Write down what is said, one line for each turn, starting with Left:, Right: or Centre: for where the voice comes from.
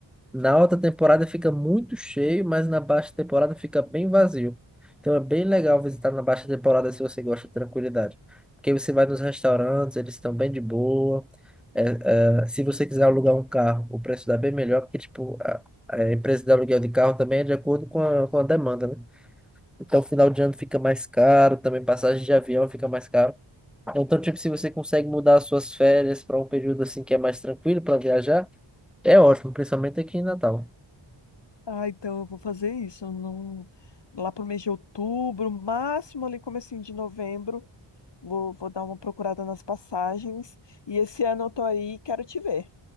Centre: Na alta temporada fica muito cheio, mas na baixa temporada fica bem vazio. Então é bem legal visitar na baixa temporada se você gosta de tranquilidade. Porque você vai nos restaurantes, eles estão bem de boa. É, é, se você quiser alugar um carro, o preço dá bem melhor, porque tipo, a, a empresa de aluguel de carro também é de acordo com a, com a demanda, né? Então final de ano fica mais caro, também passagem de avião fica mais caro. Então, tipo, se você consegue mudar as suas férias para um período assim que é mais tranquilo para viajar, é ótimo, principalmente aqui em Natal.
Left: Ah, então eu vou fazer isso. Não... Lá pro mês de outubro, máximo ali comecinho de novembro, vou, vou dar uma procurada nas passagens. E esse ano eu tô aí, quero te ver.